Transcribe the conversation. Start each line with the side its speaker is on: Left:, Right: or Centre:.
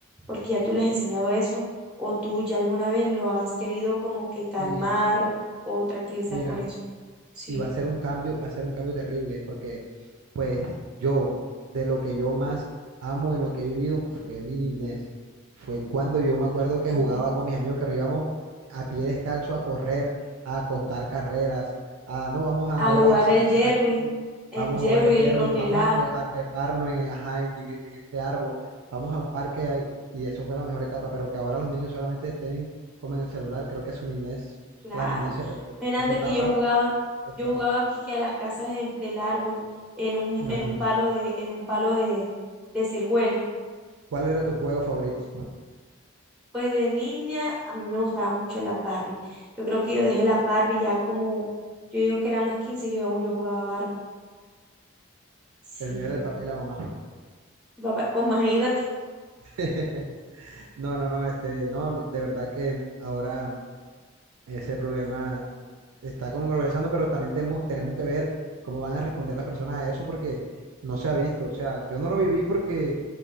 Centre: porque ya tú le has enseñado eso, o tú ya alguna vez lo has querido como que calmar
Right: Y
Centre: o tranquilizar
Right: mira,
Centre: con eso. Sí,
Right: y va a ser un cambio, va a ser un cambio terrible, porque pues yo, de lo que yo más amo en lo que he vivido fue mi niñez. Fue cuando yo me
Centre: claro,
Right: acuerdo
Centre: yo
Right: que
Centre: también.
Right: jugaba con mis amigos, que nos íbamos a pie descalzo a correr, a apostar carreras, a no, vamos ahora
Centre: A jugar
Right: a saltar
Centre: el Jerwin,
Right: aquí,
Centre: el
Right: vamos
Centre: Jerwin,
Right: a jugar el Jerwin,
Centre: el congelado,
Right: vamos a, tre- a treparnos en, ajá, en- en- en este árbol, vamos a un parque ahí, y eso fue la mejor etapa, pero que ahora los niños solamente estén como en el celular, creo que su niñez,
Centre: claro.
Right: la niñez se perdió.
Centre: Imagínate
Right: Esa etapa
Centre: que yo jugaba,
Right: está
Centre: yo jugaba
Right: perdida.
Centre: aquí que a las casas de- del árbol, en un,
Right: Imagínate.
Centre: en un palo de, en un palo de, de ciruela.
Right: ¿Cuál era tu juego favorito?
Centre: Pues de niña a mí me gustaban mucho las Barbie. Yo creo que yo dejé las Barbie ya como, yo digo que eran los 15 y yo aún yo jugaba Barbie. Sí,
Right: El mío era el papel y la mamá.
Centre: papá, <laughs> imagínate,
Right: <laughs> No, no, no, este, no, de verdad que ahora ese problema está como conversando, pero también tenemos, tenemos que ver cómo van a responder las personas a eso porque no se ha visto. O sea, yo no lo viví porque